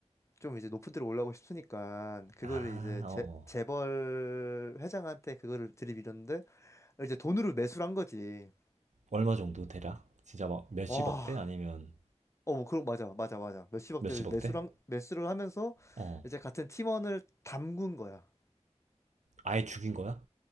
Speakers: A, on the left; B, on the right.
A: 좀 이제 높은 데로 올라오고 싶으니까 그거를
B: 아,
A: 이제
B: 어,
A: 재,
B: 어.
A: 재벌 회장한테 그거를 들이밀었는데 이제 돈으로 매수를 한 거지.
B: 얼마 정도 대략? 진짜 막 몇십억
A: 와,
B: 대? 아니면
A: 어, 뭐 그런 맞아, 맞아, 맞아. 몇십억대를
B: 몇십억
A: 매수를
B: 대?
A: 한- 매수를 하면서
B: 어.
A: 이제 같은 팀원을 담근 거야.
B: 아예 죽인 거야?